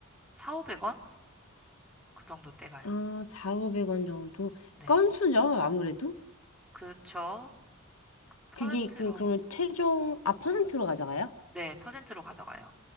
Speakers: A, in the centre; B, on the left.
A: 4, 500원? 그 정도 떼가요.
B: 아, 4,500원 정도?
A: 네.
B: 건수죠, 아무래도?
A: 그쵸. 그 퍼센트로,
B: 그게 그, 그러면 최종, 아, 퍼센트로 가져가요?
A: 네, 퍼센트로 가져가요.